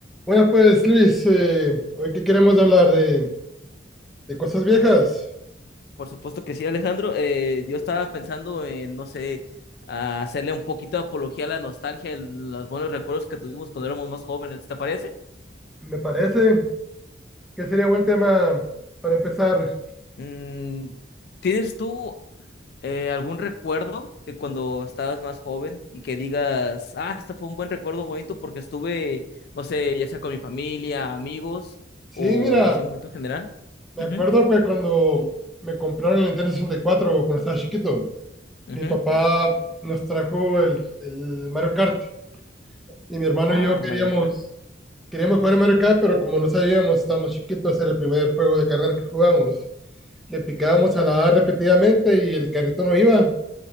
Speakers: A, in the centre; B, on the left.
A: Bueno, pues Luis, eh, hoy que queremos hablar de, de cosas viejas,
B: Por supuesto que sí, Alejandro. Eh, yo estaba pensando en, no sé, a hacerle un poquito de apología a la nostalgia, el- los buenos recuerdos que tuvimos cuando éramos más jóvenes, ¿te parece?
A: me parece que sería buen tema para empezar.
B: Mm, ¿tienes tú eh, algún recuerdo de cuando estabas más joven y que digas, ah, este fue un buen recuerdo bonito porque estuve, no sé, ya sea con mi familia, amigos
A: Sí,
B: o
A: mira,
B: así un momento general?
A: me
B: Ujú,
A: acuerdo que cuando me compraron el Nintendo 64, cuando estaba chiquito,
B: ujú.
A: mi papá nos trajo el, el Mario Kart y mi hermano
B: Ah,
A: y yo queríamos,
B: el Mario Kart.
A: queríamos jugar el Mario Kart, pero como no sabíamos, estábamos chiquitos, era el primer juego de carreras que jugábamos. Le picábamos a la A repetidamente y el carrito no iba.